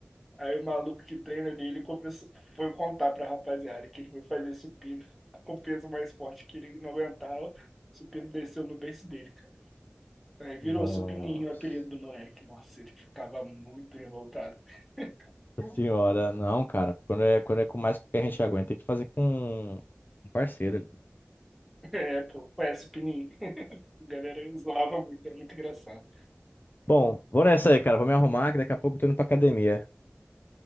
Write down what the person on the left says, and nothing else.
Nossa
senhora, não, cara. Quando é, quando é com mais que a gente aguenta, tem que fazer com um parceiro ali.
Bom, vou nessa aí, cara. Vou me arrumar que daqui a pouco eu tô indo pra academia.